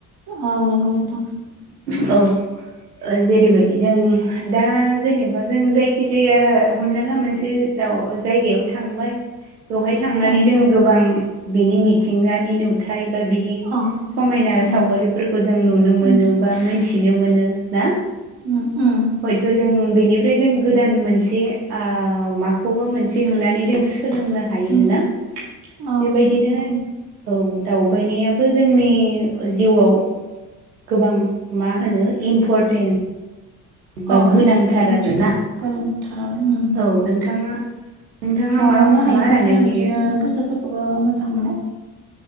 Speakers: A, on the right; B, on the right.
A: अ नोंथां
B: औ जेरैबायदि जों दा जेनेबा जों जायखि जाया हमना ला मोनसे दा जायगायाव थांबाय बेवहाय दहाय थांनानै
A: औ
B: जों गोबां बिनि मिथिंगानि नुथाय बा बिनि
A: औ
B: समायना
A: ओम
B: सावगारिफोरखौ जों नुनो मोनो
A: ओम
B: बा मोनथिनो मोनो ना
A: उम उम
B: हयथ' जों बेनिफ्राय जों गोदान मोनसे ओ माखौबा मोनसे नुनानै जों सोलोंनो हायो।
A: ओम
B: योना
A: औ
B: बेबायदिनो
A: नंगौ
B: औ दावबायनायाबो जोंनि जिउआव गोबां मा होनो इम्परटेन्ट। बा
A: औ
B: गोनांथार
A: गोनांथि
B: आरोना
A: गोनांथार आरो उम
B: औ नोंथाङा नोंथाङा
A: दावबायनो
B: मा
A: हायोबा
B: मा सानो
A: जोङो
B: बेयो
A: बिदिनो गोसोफोरखौबो मोजां मोनो।